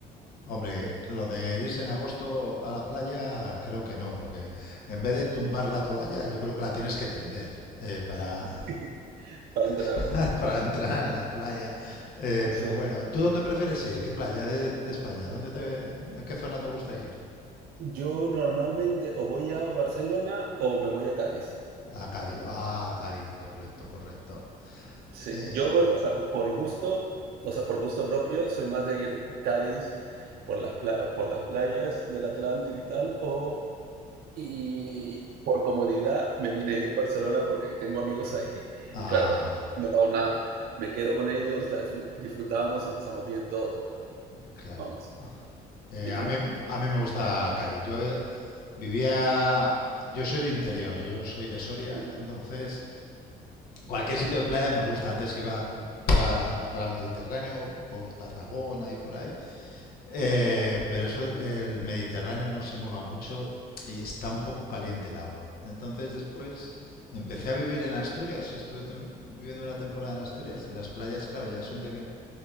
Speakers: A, on the left; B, on the right.
A: Hombre, lo de irse en agosto a la playa creo que no, porque en vez de tumbar la toalla, yo creo que la tienes que tender eh, para,
B: <laughs> para entrar.
A: <laughs> para entrar en la playa. Eh, pero
B: Sí.
A: bueno, ¿tú dónde prefieres ir? ¿Qué playa de, de España? ¿Dónde te, en qué zona te gusta ir?
B: Yo normalmente o voy a Barcelona o me voy a Cádiz.
A: A Cádiz. Ah, a Cádiz, correcto, correcto.
B: Sí,
A: Eh,
B: yo por, o sea, por gusto, o sea, por gusto propio, soy más de ir Cádiz por las, pla- por las playas del Atlántico y tal, o y por comodidad me viene bien Barcelona porque tengo amigos ahí
A: ah,
B: y claro, no pago nada. Me quedo con ellos, la disfr- disfrutamos y pasamos bien todo, pero
A: claro.
B: vamos.
A: Eh,
B: ¿Y
A: a
B: tú?
A: mí, a mí me gusta Cádiz. Yo eh, vivía, yo soy de interior, yo soy de Soria,
B: Ujú.
A: entonces cualquier sitio de playa me gusta. Antes iba para, para el Mediterráneo, por Tarragona y por ahí, Eh, pero eso de que el Mediterráneo no se mueva mucho y está un poco caliente el agua. Entonces después empecé a vivir en Asturias, estuve tem- viviendo una temporada en Asturias y las playas, claro, ya son de, que-